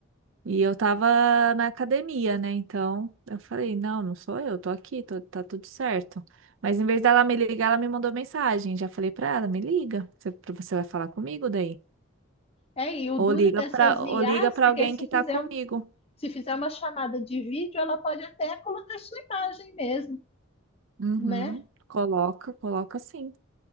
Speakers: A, on the right (about 65°); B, on the left (about 30°).
A: E eu tava na academia, né? Então eu falei: não, não sou eu, tô aqui, tô- tá tudo certo. Mas em vez dela me ligar, ela me mandou mensagem. Já falei pra ela: me liga, você, você vai falar comigo daí?
B: É, e o duro
A: Ou liga
B: dessas
A: pra,
B: IAs,
A: ou liga pra
B: porque
A: alguém
B: se
A: que
B: fizer,
A: tá comigo.
B: um- se fizer uma chamada de vídeo, ela pode até colocar sua imagem mesmo,
A: Uhum,
B: né?
A: coloca, coloca sim.